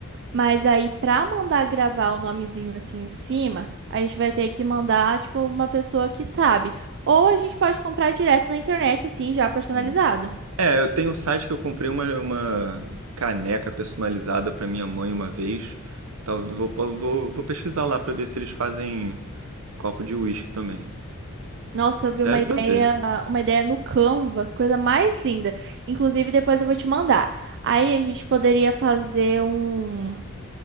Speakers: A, on the right; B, on the right.
A: mas aí pra mandar gravar o nomezinho assim em cima, a gente vai ter que mandar, tipo, uma pessoa que sabe. Ou a gente pode comprar direto na internet, assim, já personalizado.
B: Hum. É, eu tenho um site que eu comprei uma, uma caneca personalizada para minha mãe uma vez. Talvez vou, vou, vou pesquisar lá para ver se eles fazem copo de uísque também.
A: Nossa, eu vi
B: Deve
A: uma ideia,
B: fazer.
A: uma ideia no Canva, coisa mais linda. Inclusive, depois eu vou te mandar. Aí a gente poderia fazer um,